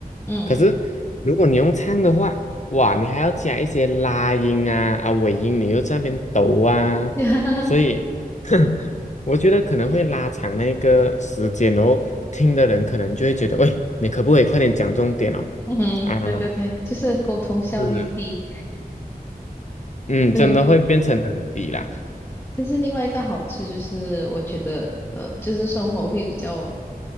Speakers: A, on the left; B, on the left.
A: 嗯
B: 可是如果你用唱的话，哇，你还要加一些拉音啊啊尾音，你又在那边抖啊，
A: 嗯，<laughs>
B: 所以 <laughs> 我觉得可能会拉长那个时间，哦。听的人可能就会觉得，喂，你可不可以快点讲重点哦？
A: 嗯，
B: 啊，
A: 对对对，就是沟通效率低。
B: 是。嗯，
A: 对。
B: 真的会变成很低啦。
A: 可是另外一个好处就是，我觉得呃，就是生活会比较